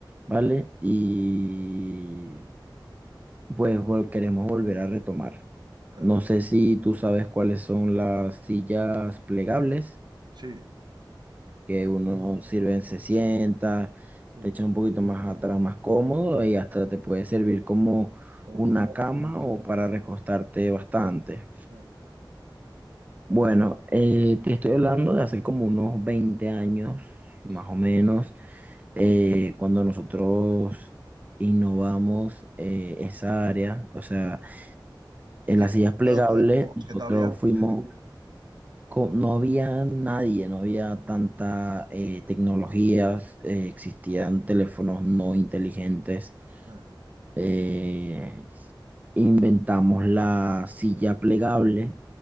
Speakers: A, on the right; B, on the right.
A: ¿vale? Y pues vol- queremos volver a retomar.
B: claro.
A: No sé si tú sabes cuáles son las sillas plegables
B: sí,
A: que uno sirven, se sienta,
B: sí,
A: te echa un poquito más atrás, más cómodo y hasta te puede servir como
B: como
A: una
B: tu mo-
A: cama o para recostarte bastante.
B: eh,
A: Bueno, eh, te estoy hablando de hace como unos 20 años,
B: sí.
A: más o menos, eh, cuando nosotros innovamos eh, esa área, o sea,
B: Hiciste
A: en las sillas plegables,
B: productos nuevos
A: nosotros
B: que todavía
A: fuimos co- No había nadie, no había tanta eh, tecnologías, eh, existían teléfonos no inteligentes.
B: eh,
A: eh, inventamos la silla plegable.